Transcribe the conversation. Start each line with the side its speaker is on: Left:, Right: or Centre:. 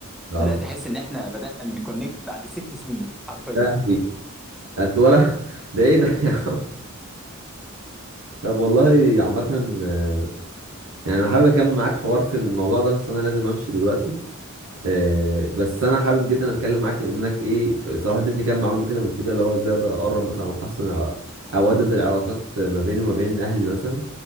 Right: العظيم
Centre: بدأت احس ان احنا بدأنا نكونكت بعد ست سنين حرفيا
Right: يا لهوي ده انت ولا <laughs> ده ايه ده يا عم طب والله عامه آه، يعني انا حابب اكمل معاك حوار في الموضوع ده بس انا لازم امشي دلوقتي آه، بس انا حابب جدا اتكلم معاك منك ايه صراحه ادتني كام معلومه كده مفيده اللي هو ازاي اقدر اقرب مثلا او احسن ع- او اودد العلاقات ما بيني وما بين اهلي مثلا